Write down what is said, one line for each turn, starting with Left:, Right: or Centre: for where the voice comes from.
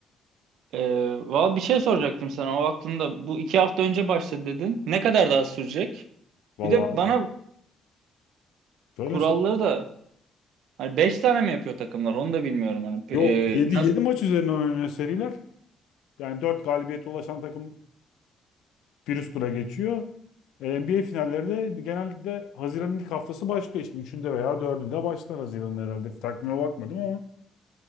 Right: Ee, valla bir şey soracaktım sana o aklımda. Bu iki hafta önce başladı dedin. Ne kadar daha sürecek?
Left: Vallahi
Right: Bir de
Left: abi.
Right: bana
Left: Şöyle
Right: kuralları
Left: söyle.
Right: da hani beş tane mi yapıyor takımlar onu da bilmiyorum. Hani e,
Left: Yok yedi
Right: nasıl
Left: yedi maç üzerine oynanıyor seriler. Yani 4 galibiyete ulaşan takım bir üst tura geçiyor. E, NBA finalleri de genellikle Haziran'ın ilk haftası başlıyor işte. Üçünde veya dördünde başlar Haziran'ın herhalde. Takvime bakmadım ama